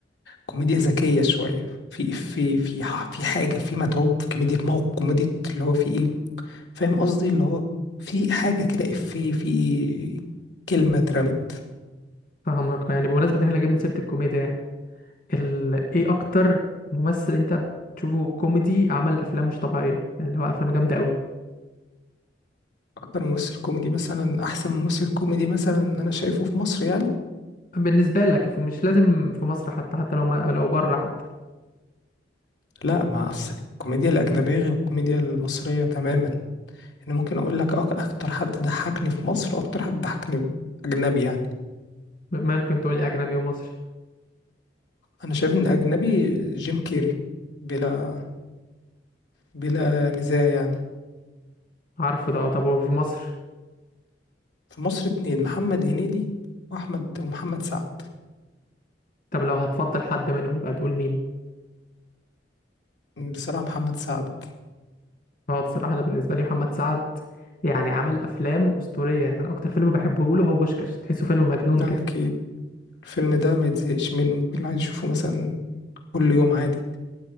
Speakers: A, on the left; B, on the left.
A: كوميديا ذكية شوية في إفيه في ح- في حاجة في متعوب في كوميديا موقف كوميديا اللي هو في إيه فاهم قصدي اللي هو في حاجة كده إفيه في كلمة اترمت
B: فاهمك يعني بمناسبه ان احنا جبنا سيره الكوميديا يعني ال... ايه اكتر ممثل انت بتشوفه كوميدي عمل افلام مش طبيعيه يعني اللي هو افلام جامده قوي
A: أكتر ممثل كوميدي مثلا أحسن ممثل كوميدي مثلا أنا شايفه في مصر يعني
B: بالنسبه لك ف- مش لازم في مصر حتى حتى لو ما... لو بره حتى
A: لا مع الس- الكوميديا الأجنبية غير الكوميديا المصرية تماما يعني ممكن اقول لك أك- اكتر حد ضحكني في مصر واكتر حد ضحكني اجنبي يعني
B: ممكن تقول لي اجنبي ومصري
A: انا شايف ان اجنبي جيم كيري بلا بلا نزاع يعني
B: عارفه ده طب وفي مصر
A: في مصر اتنين محمد هنيدي واحمد ومحمد سعد
B: طب لو هتفضل حد منهم بقى تقول مين
A: بصراحة محمد سعد
B: هو بصراحة أنا بالنسبة لي محمد سعد يعني عمل أفلام أسطورية يعني أنا أكتر فيلم بحبه له هو بوشكاش تحسه فيلم مجنون
A: اكيد
B: كده
A: الفيلم ده ما يتزهقش منه ممكن الواحد يشوفه مثلا كل يوم عادي